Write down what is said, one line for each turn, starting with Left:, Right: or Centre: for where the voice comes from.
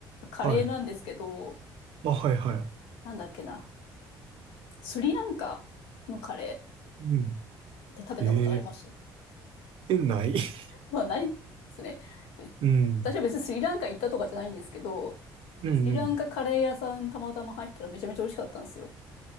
Left: カレーなんですけど、
Right: はい。あ、はいは
Left: なんだっけな。スリランカのカレー
Right: い。うん。
Left: って食べたことあります
Right: ええ。え、ない <laughs>
Left: まあ、ないですね。べ
Right: うん。
Left: 私は別にスリランカ行ったとかじゃないんですけど、
Right: うんうん。
Left: スリランカカレー屋さんたまたま入ったらめちゃめちゃ美味しかったんですよ。